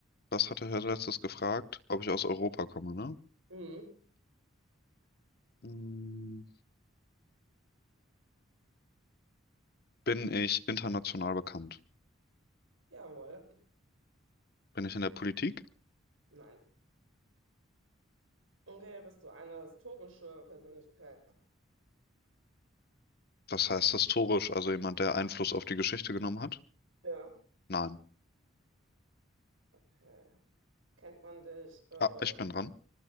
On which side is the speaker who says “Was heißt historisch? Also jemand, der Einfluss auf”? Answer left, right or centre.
Left